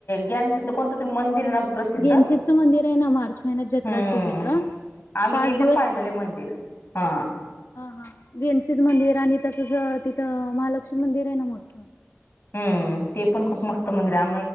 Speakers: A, on the left (about 55°); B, on the left (about 75°).
A: गॅनसिध कोणत तरी मंदिर ना? प्रसिद्ध
B: गेनशितचं मंदिर आहे ना मार्च महिन्यात
A: हम्म
B: जत्रा असते तिथं.
A: आम्ही
B: पाच
A: ते पण पाहिलेले आहे मंदिर हा.
B: हा हा गेनसेद मंदिर आणि तसंच तिथं महालक्ष्मी मंदिर आहे ना मोठं.
A: हम् ते पण खूप मस्त मंदिर आ